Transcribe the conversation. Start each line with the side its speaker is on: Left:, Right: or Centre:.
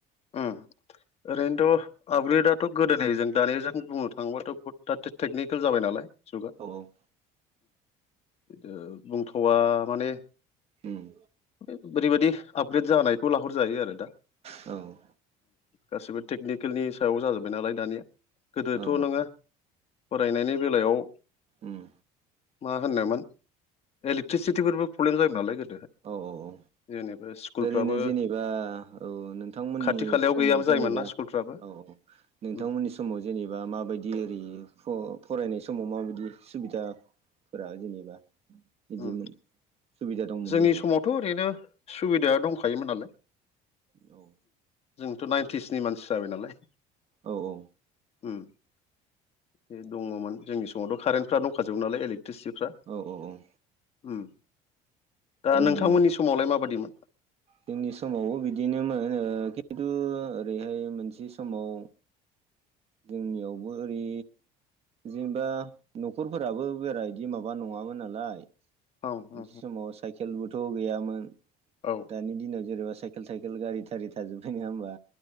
Left: उम ओरैनोथ' आपग्रेदथ' गोदोहजों दानिजों बुंनो थाङोबाथ' बह टेकनिकेल जाबाय नालाय जुगा।
Right: औ औ
Left: बिदि बुंथावा माने
Right: उम
Left: ओरैबायदि आपग्रेड जानायखौ लाहरजायो आरो दा।
Right: औ
Left: गासिबो टेकनिकेलनि सायाव जाजोब्बाय नालाय दानिया गोदोथ'
Right: औ
Left: नोङा फरायनायनि बेलायाव
Right: उम
Left: मा होनोमोन इलेकट्रिसिटिफोरबो प्रब्लेम जायोमोन नालाय गोदोहाय।
Right: औ-औ
Left: जेनेबा स्कुलफ्राबो
Right: ओरैनो जेनेबा औ नोंथांमोननि
Left: खाथि खालायाव
Right: समाव
Left: गैयाबो
Right: जेनेबा
Left: जायोमोन ना स्कुलफ्राबो
Right: औ नोंथांमोननि
Left: उम
Right: समाव जेनेबा माबायदि ओरै फरायनाय समाव माबायदि सुबिदा फोरा‌‌ जेनेबा बिदिमोन
Left: उम
Right: सुबिदा दंमोन
Left: जोंनि
Right: जेनेबा
Left: समावथ' ओरैनो सुबिदाया दंखायोमोन नालाय।
Right: औ
Left: जोंथ' नाइन्टिसनि मानसि जाबाय नालाय।
Right: औ औ
Left: बे दङमोन जोंनि समावथ' कारेन्टफ्रा दंखाजो नालाय इलेक आरटिस्फ्रा
Right: औ औ
Left: ओम दा
Right: जोंनि
Left: नोंथांमोननि समावलाय माबायदिमोन?
Right: जोंनि समावबो बिदिनोमोन खिन्थु ओरैहाय मोनसे समाव जोंनियावबो ओरै जेनेबा न'खरफोराबो बारा इदि माबा नङामोन नालाय।
Left: औ
Right: मोनसे
Left: औ
Right: समाव साइकेलबोथ' गैयामोन।
Left: औ
Right: दानि दिनाव जेनेबा साइकेल थाइखेल गारि थारि थाजोब्बाय नङा होमबा